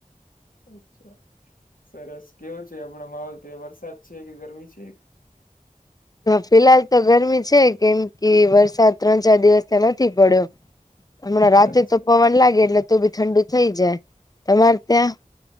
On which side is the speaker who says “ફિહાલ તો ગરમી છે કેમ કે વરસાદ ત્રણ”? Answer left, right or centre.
Left